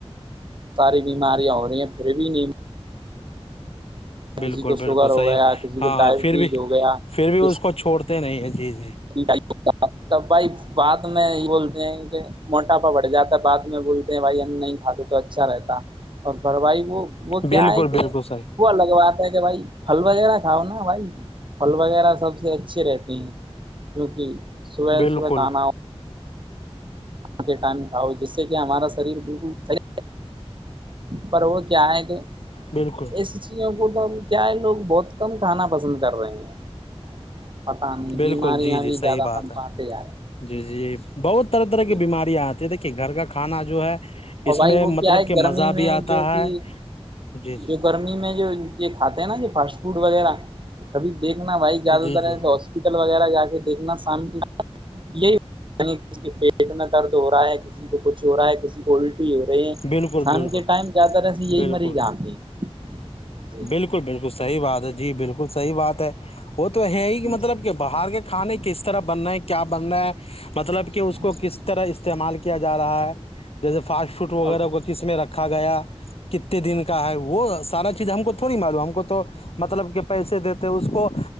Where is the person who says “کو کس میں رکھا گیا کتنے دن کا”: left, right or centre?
Left